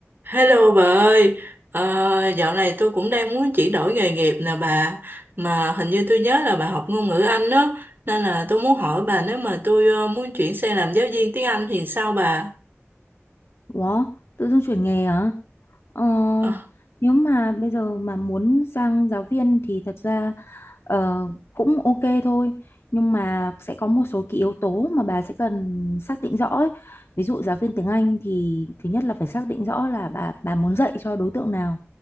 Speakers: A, on the right; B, on the left.
A: Hello bà ơi, Ờ, dạo này tôi cũng đang muốn chuyển đổi nghề nghiệp nè bà, mà hình như tôi nhớ là bà học ngôn ngữ Anh đó, nên là tôi muốn hỏi bà nếu mà tôi ờ, muốn chuyển sang làm giáo viên tiếng Anh thì sao bà?
B: Ủa, tự dưng chuyển nghề hả? Ờ,
A: Ờ,
B: nếu mà bây giờ mà muốn sang giáo viên thì thật ra ờ, cũng ok thôi. Nhưng mà sẽ có một số cái yếu tố mà bà sẽ cần xác định rõ ấy. Ví dụ giáo viên tiếng Anh thì thứ nhất là phải xác định rõ là bà bà muốn dạy cho đối tượng nào